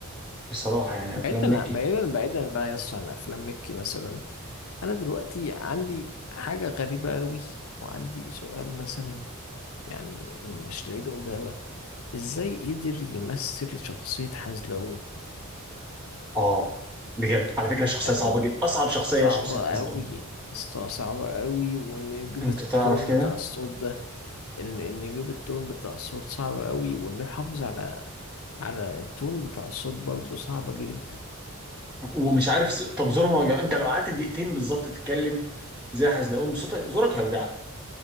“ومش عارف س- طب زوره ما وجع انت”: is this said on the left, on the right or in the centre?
Centre